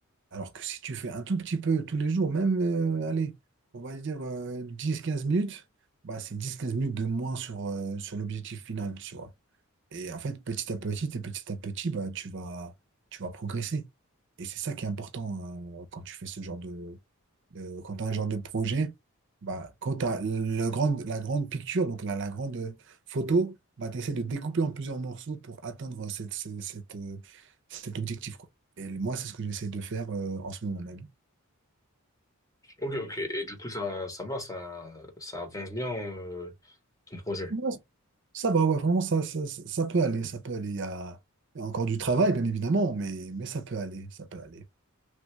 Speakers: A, on the right; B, on the left.
A: Alors que si tu fais un tout petit peu tous les jours, même, euh, allez, on va dire euh, dix quinze minutes, bah, c'est dix quinze minutes de moins sur, euh, sur l'objectif final, tu vois. Et en fait, petit à petit et petit à petit, bah, tu vas, tu vas progresser. Et c'est ça qui est important, hein, quand tu fais ce genre de, de- quand tu as un genre de projet, bah, quand tu as le grand, la grande picture, donc la, la grande photo, bah, tu essaies de découper en plusieurs morceaux pour atteindre cette, cette, cette, euh, cet objectif, quoi. Et moi, c'est ce que j'essaie de faire, euh, en ce moment même.
B: Ok, ok. Et du coup, ça, ça va, ça, ça avance bien, euh, ton projet.
A: Ouais, Ça va, ouais, vraiment, ça, ça, ça ça peut aller, ça peut aller. Il y a, il y a encore du travail, bien évidemment, mais, mais ça peut aller, ça peut aller.